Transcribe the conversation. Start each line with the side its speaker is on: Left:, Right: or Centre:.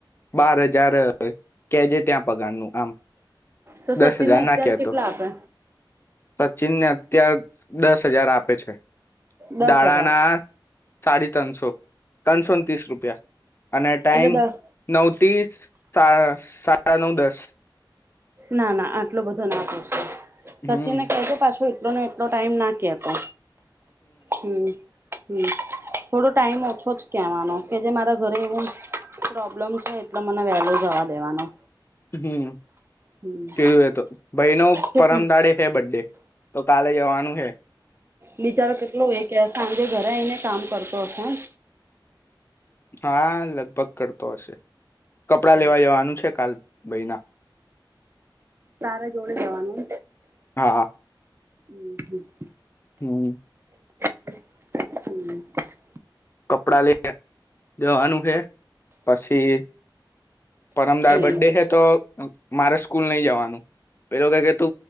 Left: બાર હજાર કે જે ત્યાં પગાર નું આમ
Right: તો
Left: દસ
Right: સચિનને
Left: હજાર
Right: અત્યારે
Left: નાખ્યા
Right: કેટલા
Left: તો
Right: આપે
Left: સચિનને અત્યાર દસ હજાર આપે છે
Right: દસ
Left: દાડા
Right: હજાર
Left: ના સાડી ત્રણસો ત્રણસોને ત્રીસ રૂપિયા અને ટાઈમ
Right: એટલે દસ
Left: નવ ત્રીસ સા સાડા નવ દસ
Right: ના ના આટલો બધો ના પોશાય
Left: હમ
Right: સચિન ને કેજો પાછું પણ મનૅ એટલો ટાઈમ ના કેતો હમ હમ થોડો ટાઈમ ઓછો જ કહેવાનો કે જે મારા ઘરે એવું પ્રોબ્લેમ છે એટલે મને વહેલો જવા દેવાનો
Left: હમ
Right: હમ
Left: કીધું એ તો ભાઈ નો
Right: કેટલું
Left: પરમ દાડે છેે બડે તો કાલે જવાનું છે
Right: બિચારો કેટલો એ કે સાંજે ઘરે આવી ને કામ કરતો હશે ને
Left: હા લગભગ કરતો હશે કપડા
Right: બોલ
Left: લેવા જવાનું છે કાલે ભાઈના
Right: તારે જોડે જવાનું
Left: હા
Right: હમ હ
Left: હમ
Right: હમ
Left: કપડા લઈ ને જવાનું છે પછી પરમ દાડે બડ્ડે
Right: હમ
Left: હૈ તો મારે સ્કૂલ નહી જવાનું પેલો કે કે તુ